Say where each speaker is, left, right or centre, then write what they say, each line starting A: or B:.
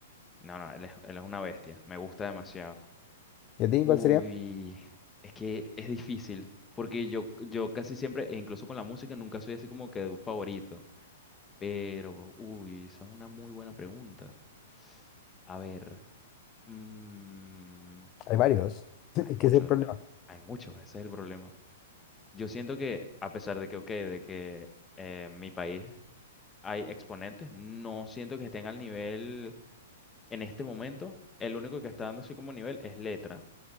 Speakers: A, on the left; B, on the left.
A: No, no, él es, él es una bestia. Me gusta demasiado.
B: ¿Y a ti
A: Uy,
B: cuál sería?
A: es que es difícil. Porque yo, yo casi siempre, e incluso con la música, nunca soy así como que de un favorito. Pero, uy, esa es una muy buena pregunta. A ver, mm,
B: Hay varios. <laughs>
A: hay
B: Es
A: muchos,
B: que ese es el problema.
A: hay muchos, ese es el problema. Yo siento que, a pesar de que, ok, de que eh, en mi país hay exponentes, no siento que estén al nivel en este momento. El único que está dando así como nivel es Letra.